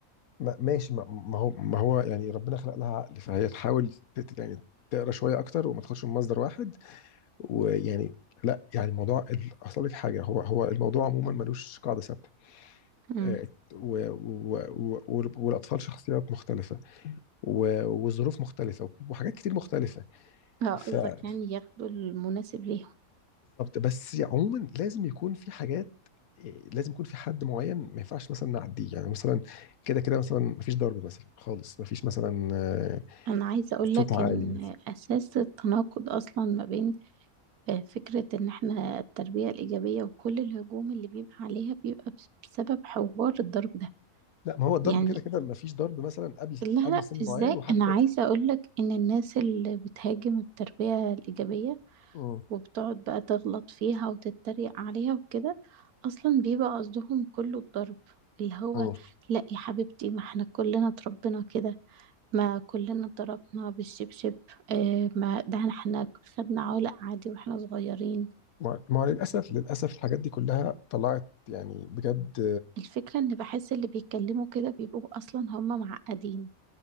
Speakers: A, on the left; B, on the right.
A: ما ماشي ما ما هو ما هو يعني ربنا خلق لها عقل فهي تحاول تت- يعني تقرا شويه اكتر وما تاخدش من مصدر واحد ويعني لا يعني الموضوع ال- اصل لك حاجه هو هو الموضوع عموما ملوش قاعده ثابته
B: امم
A: آه، و- و- و- والاطفال شخصيات مختلفه و- وظروف مختلفه وحاجات كتير مختلفه
B: اه
A: فبالظبط
B: قصدك يعني ياخدوا المناسب ليهم
A: بس عموما لازم يكون في حاجات آه، لازم يكون في حد معين ما ينفعش مثلا نعديه يعني مثلا كده كده مثلا ما فيش ضرب مثلا خالص ما فيش مثلا آه،
B: انا عايزة اقول لك
A: صوت عالي
B: ان اساس التناقض اصلا ما بين آه، فكرة ان احنا التربية الايجابية وكل الهجوم اللي بيبقى عليها بيبقى بس- بسبب حوار الضرب ده
A: لا ما هو الضرب
B: يعني
A: كده كده ما فيش ضرب مثلا قبل
B: لها
A: قبل سن معين
B: ازاي
A: وحتى
B: انا عايزة اقول لك ان الناس اللي بتهاجم التربية الايجابية
A: مم.
B: وبتقعد بقى تغلط فيها وتتريق عليها وكده اصلا بيبقى قصدهم كله الضرب اللي هو
A: مم.
B: لا يا حبيبتي ما احنا كلنا اتربينا كده ما كلنا اتضربنا بالشبشب اه ما ده احنا خدنا علق عادي واحنا صغيرين
A: ما ما هو للاسف للاسف الحاجات دي كلها طلعت يعني بجد
B: الفكرة ان بحس اللي بيتكلموا كده بيبقوا اصلا هم معقدين